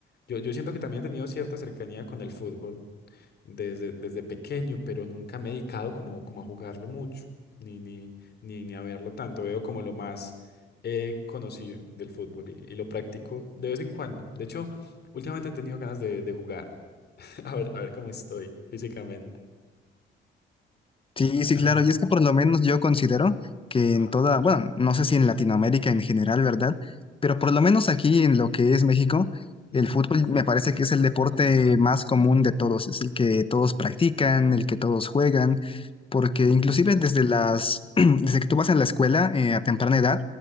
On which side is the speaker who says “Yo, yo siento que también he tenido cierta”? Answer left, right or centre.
Left